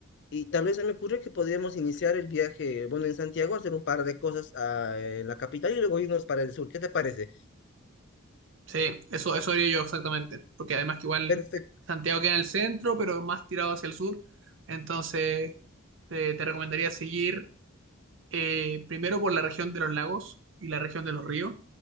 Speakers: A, on the left; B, on the right.
A: Y tal vez se me ocurre que podríamos iniciar el viaje, bueno, en Santiago, hacer un par de cosas ah, en la capital y luego irnos para el sur. ¿Qué te parece?
B: Sí, eso, eso haría yo exactamente, porque además que igual
A: Perfecto.
B: Santiago queda en el centro, pero más tirado hacia el sur, entonces te, te recomendaría seguir Eh, primero por la región de los lagos y la región de los ríos,